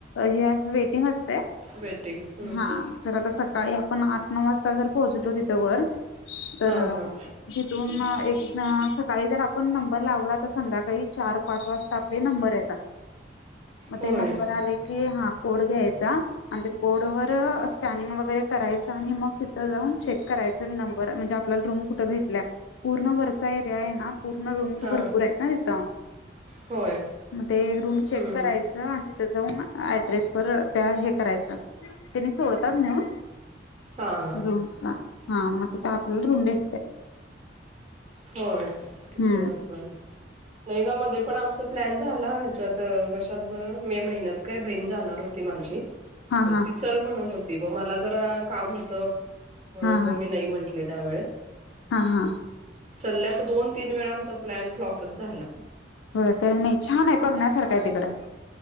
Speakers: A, on the left; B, on the right.
A: हे अस वेटिंग असते.
B: वेटिंग हम्-हम्
A: हा जर आता सकाळी आपण आठ नऊ वाजता जर पोहोचलो तिथं वर तरअ
B: हां हां
A: जिथून एक सकाळी जर आपण नंबर लावला तर संध्याकाळी चार पाच वाजता आपले नंबर येतात. म
B: होय
A: ते नंबर आले की हा कोड घ्यायचा. आणि ते कोड वर स्कॅनिंग वगैरे करायचं आणि मग तिथं जाऊन चेक करायचं नंबर म्हणजे आपल्याला रूम कुठ भेटल्या पूर्ण वरचा एरिया हे ना पूर्ण रूमस
B: हां
A: भरपूर आहेत ना तिथं
B: होय
A: मग ते रूम चेक
B: हम्म,
A: करायच
B: हम्म.
A: तिथ जाऊन ऍड्रेस वर त्या हे करायच त्यांनी सोडतात नेऊन
B: हां हां
A: रूमसला हा मग तिथ आपलेला रूम भेटते यात
B: होय बर
A: हम्म
B: बरं नाहीग मध्ये पण आमचा प्लॅन झाला हेच्यात कशात बरं मे महिन्यात काय बहीण जाणार होती माझी
A: हा
B: एकटीच
A: हा
B: चल म्हणत होती मग मला जरा काम होत म्हणून
A: हा हा
B: मी नाही म्हटले त्यावेेळेस
A: हा हा.
B: चलल्याता दोन तीन वेळा आमचा प्लॅन फ्लॉपच झाला.
A: होय काय नाही छान आहे बघण्यासारखं आहे तिकडं.